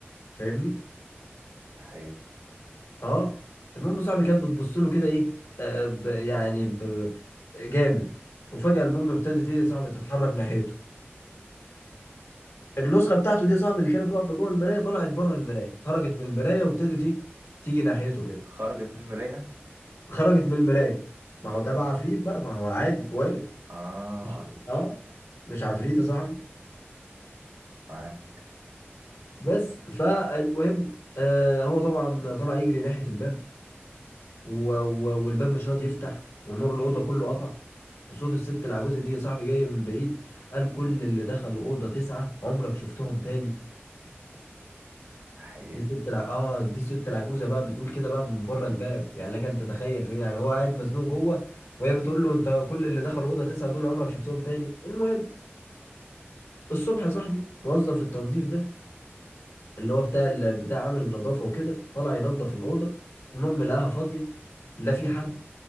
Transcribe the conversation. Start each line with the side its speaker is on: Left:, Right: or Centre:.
Left: فاهمني؟
Right: حقيقي
Left: اه المهم صاحبي كانت بتبص له كده ايه آه ب يعني ب جامد وفجأة المهم ابتدت ايه يا صاحبي تتحرك ناحيته النسخة بتاعته دي يا صاحبي اللي كانت واقفة جوه المراية طلعت بره المراية خرجت من المراية وابتدت ايه تيجي ناحيته كده
Right: خرجت من المراية
Left: خرجت من المراية ما هو ده بقى عفريت بقى ما هو عادي وارد
Right: اه
Left: مش اه مش عفريت يا صاحبي
Right: معاك
Left: بس فالمهم آه هو طبعا طلع يجري ناحية الباب و و والباب مش راضي يفتح والنور الأوضة كله قطع وصوت الست العجوزة دي يا صاحبي جاي من بعيد قال كل اللي دخلوا أوضة تسعة عمرك شفتهم تاني
Right: حقيقي
Left: دي الست الع... اه دي الست العجوزة بقى بتقول كده بقى من بره الباب يعني لك انت تتخيل فاهم يعني هو قاعد مزنوق جوه وهي بتقول له انت كل اللي دخلوا أوضة تسعة دول عمرك شفتهم تاني المهم الصبح يا صاحبي موظف التنظيف ده اللي هو بتاع ال- بتاع عامل النظافة وكده طلع ينظف الأوضة المهم لقاها فاضية لا في حد